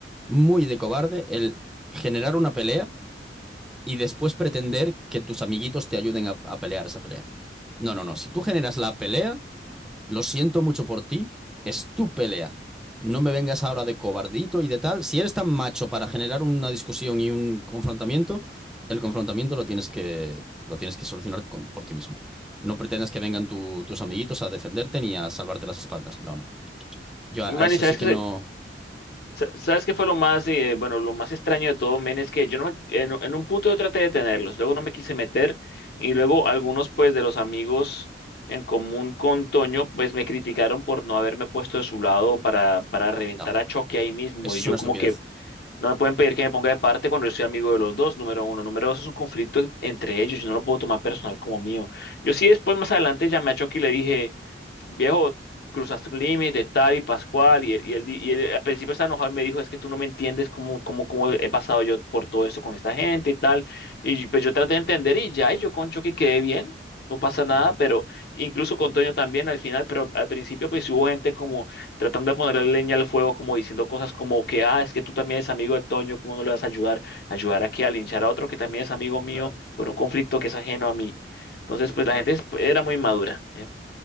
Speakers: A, in the centre; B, on the left.
A: muy de cobarde el generar una pelea y después pretender que tus amiguitos te ayuden a, a pelear esa pelea. No, no, no. Si tú generas la pelea, lo siento mucho por ti, es tu pelea. No me vengas ahora de cobardito y de tal. Si eres tan macho para generar una discusión y un confrontamiento, el confrontamiento lo tienes que, lo tienes que solucionar con- por ti mismo. No pretendas que vengan tu- tus amiguitos a defenderte ni a salvarte las espaldas. No, no. Yo a,
B: Manny,
A: a eso
B: ¿sabes
A: sí que
B: qué, se-
A: no.
B: sabes qué fue lo más, eh, bueno, lo más extraño de todo, men? Es que yo no me- en, en un punto yo traté de tenerlos, luego no me quise meter y luego algunos, pues, de los amigos en común con Toño, pues, me criticaron por no haberme puesto de su lado para, para reventar
A: No,
B: a Choque ahí mismo
A: eso
B: y
A: es
B: yo
A: una estupidez.
B: como que no me pueden pedir que me ponga de parte cuando yo soy amigo de los dos, número uno. Número dos, es un conflicto entre ellos, yo no lo puedo tomar personal como mío. Yo sí después, más adelante, llamé a Choque y le dije viejo, cruzaste un límite, tal y Pascual, y, él- y, él, di- y él al principio estaba enojado y me dijo, es que tú no me entiendes cómo, cómo, cómo he pasado yo por todo esto con esta gente y tal, y pues yo traté de entender y ya, y yo concho que quedé bien, no pasa nada,
A: Ujú,
B: pero incluso con Toño también al final, pero al principio pues sí hubo gente como tratando de ponerle leña al fuego, como diciendo cosas como que, ah, es que tú también eres amigo de Toño, ¿cómo no le vas a ayudar? ¿Ayudar aquí a linchar a otro que también es amigo mío
A: Claro,
B: por un conflicto que es ajeno a mí? Entonces, pues
A: claro.
B: la gente es- era muy madura, ¿eh?